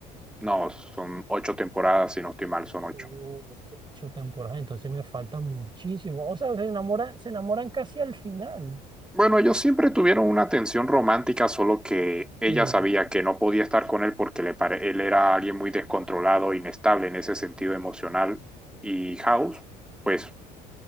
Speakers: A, in the centre; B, on the right.
A: No, son ocho temporadas, si no estoy mal, son ocho.
B: uh, ocho temporadas, entonces me falta muchísimo. O sea, se enamoran, se enamoran casi al final.
A: Bueno, ellos siempre tuvieron una tensión romántica, solo que ella
B: Sí.
A: sabía que no podía estar con él porque le pare- él era alguien muy descontrolado, inestable en ese sentido emocional. Y House, pues,